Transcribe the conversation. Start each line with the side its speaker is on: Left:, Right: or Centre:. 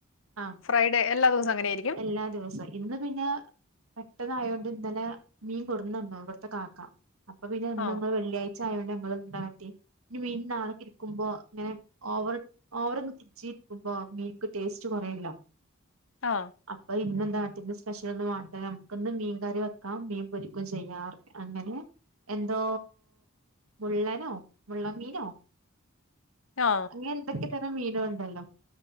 Right: ആഹ്
Left: ഫ്രൈഡേ എല്ലാ ദിവസവും അങ്ങനെയായിരിക്കും.
Right: എല്ലാ ദിവസവും ഇന്ന് പിന്നെ മുട്ടതായതോണ്ട് ഇന്നലെ മീൻ കൊടുന്നന്നു ഇവിടുത്തെ കാക്ക അ പിന്നെ
Left: ആ
Right: ങ്ങൾ വെള്ളിയാഴിച്ച ആയതോണ്ട് ഞങ്ങ ഇ മീൻ നാളക്കെ ഇരിക്കുമ്പോ ഇങ്ങനെ ഓവർ ഓവർ ഫ്രിഡ്ജി ഇരിക്കുമ്പോ മീൻക്ക് ടേസ്റ്റ് കുറയുല്ലോ.
Left: ആ
Right: അപ്പൊ ഇന്ന് നാട്ടന്റെ സ്പെഷ്യൽ ഒന്ന് വ നമുക്കിന്ന് മീൻകറി വെക്കാം മീൻ പൊരിക്കും ചെയ്യാറ് അങ്ങനെ എന്തോ മുള്ളനോ മുള്ള മീനോ
Left: ആ
Right: അങ്ങനെ എന്തൊക്കെ തരം മീന ഉണ്ടല്ലോ